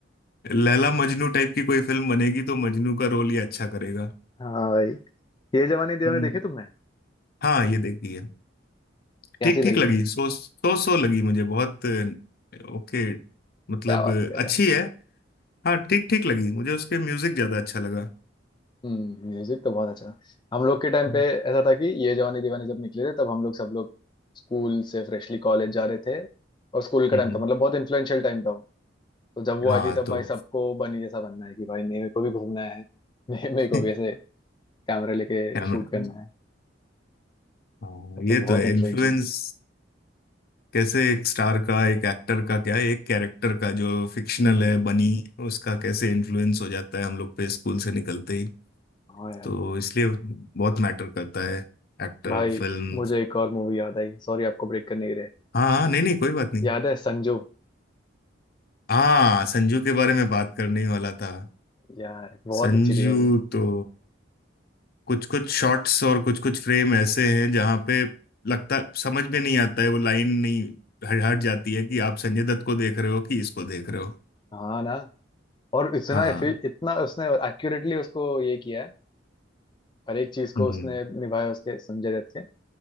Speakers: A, on the left; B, on the left.
A: लैला मजनू टाइप की कोई फिल्म बनेगी तो मजनू का रोल ये अच्छा करेगा
B: हाँ भाई ये जवानी दीवानी
A: हम्म
B: देखी तुमने
A: हाँ ये देखी है
B: कैसी
A: ठीक
B: लगी
A: ठीक लगी
B: तुम्हें
A: सो सो सो लगी मुझे बहुत अ, ओके मतलब
B: क्या बात कर
A: अ,
B: रहे
A: अच्छी
B: हो
A: है हाँ ठीक ठीक लगी मुझे उसके म्यूजिक ज्यादा अच्छा लगा
B: हम्म म्यूजिक तो बहुत अच्छा था हम लोग के टाइम
A: हम्म
B: पे ऐसा था कि ये जवानी दीवानी जब निकले थे तब हम लोग सब लोग स्कूल से फ्रेशली कॉलेज जा रहे थे और स्कूल का
A: हम्म,
B: टाइम था मतलब बहुत इन्फ्लुएंशियल टाइम था तो जब वो
A: हाँ
B: आई थी तब
A: तो
B: भाई सबको बनी जैसा बनना है कि भाई नहीं मेरे को भी घूमना है <laughs> मे- मेरे को
A: <laughs>
B: भी ऐसे कैमरे लेके
A: कैमरा
B: शूट करना है
A: हाँ
B: वो तो
A: ये
B: बहुत
A: तो है
B: इन्फ्लुएंशियल
A: इन्फ्लुएंस
B: थी
A: कैसे एक स्टार का एक एक्टर का क्या एक कैरेक्टर का जो फिक्शनल
B: हम्म
A: है बनी उसका कैसे इन्फ्लुएंस हो जाता है हम लोग पे स्कूल से निकलते ही
B: हाँ यार
A: तो इसलिए बहुत मैटर करता है एक्टर
B: भाई
A: फिल्म
B: मुझे एक और मूवी याद आई सॉरी आपको ब्रेक करने के लिए
A: हाँ हाँ, नहीं नहीं कोई बात नहीं
B: याद है संजू
A: हाँ संजू के बारे में बात करने ही वाला था
B: यार बहुत
A: संजू
B: अच्छी थी वो भी
A: तो कुछ कुछ शॉट्स और कुछ कुछ फ्रेम ऐसे हैं जहाँ पे लगता समझ में नहीं आता है वो लाइन नहीं हट हट जाती है कि आप संजय दत्त को देख रहे हो कि इसको देख रहे हो
B: हाँ ना और इतना
A: हाँ
B: effi- इतना उसने एक्यूरेटली उसको ये किया है हर एक चीज को
A: हम्म
B: उसने निभाया उसके संजय दत्त के